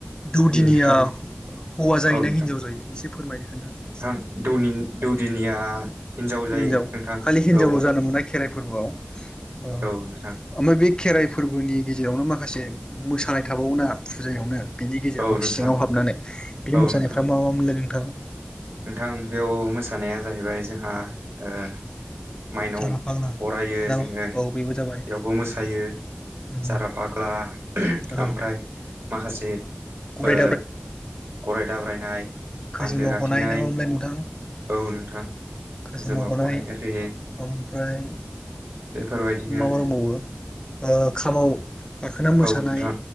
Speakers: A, on the left; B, on the right.
A: दौदिनिया
B: बिनिफ्राय
A: हौवा जायोना
B: औ नोंथां
A: हिनजाव जायो एसे फोरमायना खोनथा
B: नोंथां दौनि दौदिनिया
A: हिनजाव
B: जायो नोंथां
A: खालि हिनजावल'
B: औ
A: जानो मोनाय खेराइ फोरबोआव ओ
B: औ नोंथां
A: ओमबाय बे खेराइ फोरबोनि गेजेरावनो माखासे मोसानाय थाबावोना फुजायावनो बिनि गेजेरावनो
B: औ नोंथां
A: सिङाव हाबनानै बे
B: औ
A: मोसानायफ्रा
B: नोंथां
A: मा मा मोनलाय नोंथां?
B: नोंथां बेयाव मोसानाया जाहैबाय जोंहा ओ माइनाव
A: जारा फाग्ला
B: बरायो
A: दा
B: जोङो बेयावबो
A: औ बेबो जाबाय
B: मोसायो
A: उम
B: सारा फाग्ला
A: औ
B: ओमफ्राय माखासे ओ
A: गराय
B: गराय दाब्रायनाय
A: खोजोमा
B: बान्दो गाथेनाय
A: हनाय नामामोनलाय नोंथां?
B: औ नोंथां
A: गोजोमा
B: खोजोमा
A: हनाय
B: फनाय आरि
A: ओमफ्राय
B: बेफोरबायदिनो आरो
A: माबा दंबावो खामाव गाखोना मोसानाय
B: औ नोंथां